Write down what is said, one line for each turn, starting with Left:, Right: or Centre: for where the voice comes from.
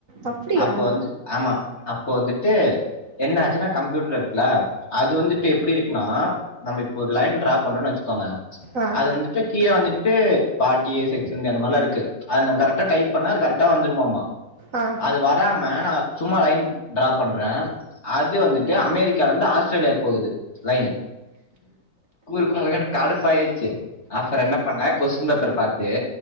Right: அப்டியா
Left: அப்ப வந்து ஆமா அப்ப வந்துட்டு என்ன ஆச்சினா கம்ப்யூட்டர்ல இருக்குல அது வந்துட்டு எப்டி இருக்குனா நம்ம இப்ப ஒரு லைன் ட்ரா பண்றோன்னு வச்சுக்கோங்க
Right: ஆ
Left: அது வந்துட்டு கீழ வந்துட்டு பார்ட் ஏ செக்ஷன் பி அந்த மாரிலா இருக்கு அதுல நம்ம கரெக்டா டைப் பண்ணா அது கரெக்டா வந்துருமாமா
Right: ஆ
Left: அது வராம நா சும்மா லைன் டிராப் பண்றே அது வந்துட்டு அமெரிக்காலந்து ஆஸ்திரேலியாக்கு போகுது லைனு குறுக்கு ஒழுங்கா எனக்கு கடுப்பாயிருச்சி அப்பறோ என்ன பண்ணே கொஸ்டின் பேப்பர பாத்து